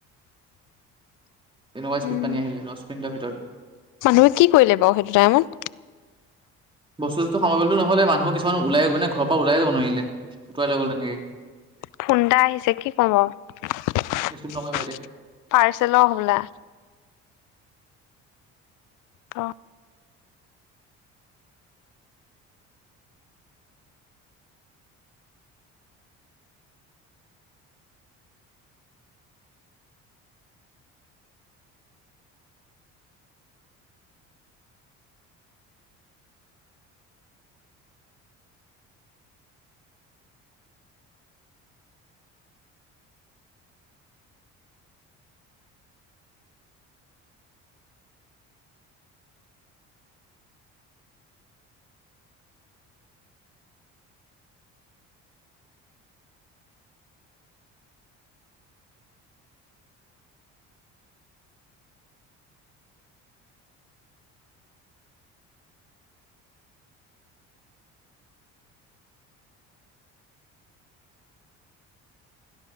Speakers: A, on the left; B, on the right.
A: <unintelligible>
B: তেনেকুৱা স্পীড
A: উম
B: পানী আহিলে দচ মিনিটৰ ভিতৰত
A: মানুহে কি কৰিলে বাৰু সেইটো টাইমত
B: বস্তু সস্তো সামৰিবলৈ টো নহলেই মানুহ কিছুমান ওলাই মানে ঘৰৰ পৰা ওলাই যাব নোৱাৰিলে উটুৱাই লৈ গল তেনেকে
A: ফোন এটা আহিছে কি কও বাও পাৰ্চেলৰ
B: ৰিচিভ নকৰিবা এতিয়া
A: হ'বলা অ